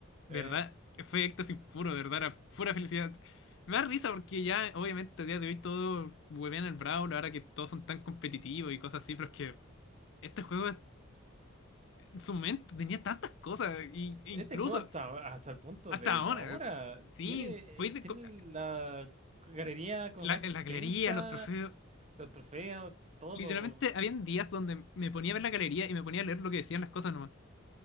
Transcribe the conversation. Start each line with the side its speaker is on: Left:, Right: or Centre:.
Left: verdad
Right: Eh,
Left: fue éxtasis puro, de verdad, era pura felicidad. Me da risa porque ya, obviamente, a día de hoy todo huevean el Brawl, ahora que todos son tan competitivos y cosas así, pero es que este juego en su momento tenía tantas cosas, y, e
Right: este
Left: incluso
Right: juego hasta, hasta el punto
Left: hasta
Right: de
Left: ahora.
Right: ahora
Left: Sí,
Right: tiene,
Left: fue
Right: eh,
Left: de
Right: tiene
Left: co-
Right: la galería como
Left: la,
Right: más extensa
Left: la galería, los trofeos.
Right: Los trofeos, todo.
Left: Literalmente habían días donde me ponía a ver la galería y me ponía a leer lo que decían las cosas nomás.